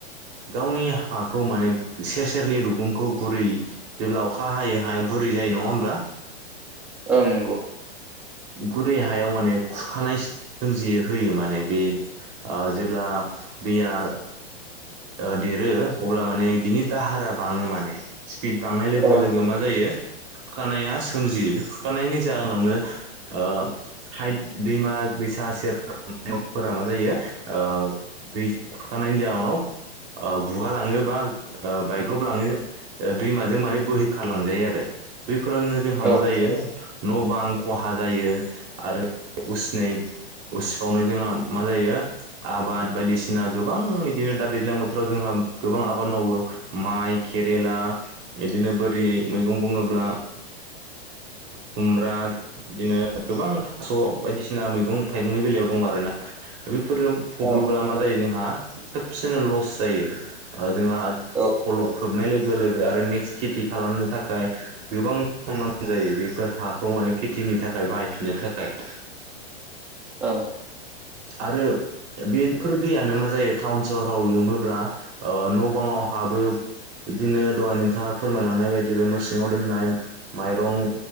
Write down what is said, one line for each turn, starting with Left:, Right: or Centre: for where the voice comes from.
Right: गावनि हाखौ माने सेर सेरनि रुगुंखौ गुरै जेब्ला अखा हायो हाया गुरै जायो नङा होमब्ला
Centre: ओं नंगौ
Right: गुरै हायाव माने खुरखानाय सोमजियो होयो माने बे ओ जेब्ला दैया ओ देरो अब्ला माने बिनि दाहारा बाङो माने बि बांनाय लोगो
Centre: ओं
Right: लोगो मा जायो खुरखानाया सोमजियो बे खुखानायनि जाहोनावनो ओ हाइ दैमा दैसा सेर <unintelligible> नफोरा मा जायो ओ दै खुरखानायनायनि जाउनाव ओ गुगा लाङो बा ओ बायग्रब लाङो। ओ दैुमाजों माने बोहैखारलांजायो आरो बैफोरावनो जोंहा
Centre: औ
Right: मा जायो न' बां खहा जायो आरो उसिनै उसिफावनाय जोंहा मा जायो आबाद बायदिसिना गोबां बिदिनो दा दैज्लां बोथोराव जोंहा गोबां आबाद मावो माइ केेरेला बिदिनो बोरि मैगं बुङोब्ला खुमब्रा बिदिनो गोबां थास' बायदिसिना मैगं थाइगंनि बेलायाव दं आरोना बेफोरो फबोब्ला
Centre: ओं
Right: मा जायो जोंहा खेबसेनो लस जायो। ओ जोंहा
Centre: औ
Right: फलब खोबनाय लोगो लोगो आरो नेक्स्ट खेथि खालामनो थाखाय गोबां <unintelligible> जायो बेफोर हाखौ माने खेथिनि थाखाय बाहायफिननो थाखाय।
Centre: औ
Right: आरो बेफोर दैयानो मा जायो टाउन सहराव लोमोब्ला न' बाङाव हाबो बिदिनो दहाय नोंथाङा फोरमायलांनाय बायदिबो न' सिङाव दोननाय माइरं